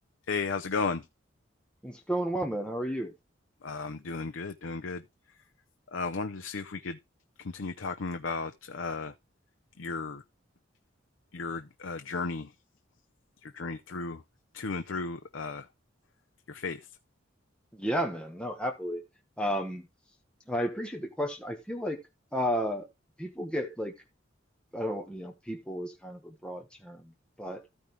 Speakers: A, on the left (about 80°); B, in the centre.
A: Hey, how's it going?
B: It's going well, man. How are you?
A: I'm doing good, doing good. Uh, wanted to see if we could continue talking about uh, your your uh, journey, your journey through to and through uh, your faith.
B: Yeah, man. No, happily. Um, and I appreciate the question. I feel like uh people get like I don't, you know, people is kind of a broad term, but